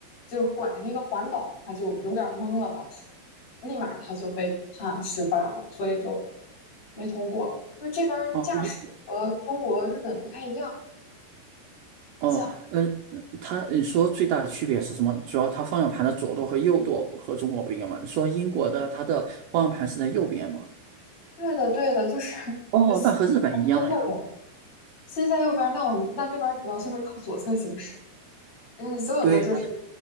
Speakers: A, on the left; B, on the right.
A: 就拐那个环岛，他就有点儿懵了，当时立马他就被判失败了，所以就没通过。就是这边儿驾驶和中国、
B: 哦，一，
A: 日本不太一样。方向。
B: 哦，嗯，他你说最大的区别是什么？主要它方向盘的左舵和右舵和中国不一样嘛？你说英国的它的方向盘是在右边嘛？
A: 对，对的，对的，就是
B: 哦，
A: 呃司机在右边儿
B: 那和日本一样呀。
A: 司机在右边儿那我们那这边儿主要就是靠左侧行驶，嗯，所有的就是
B: 对呀，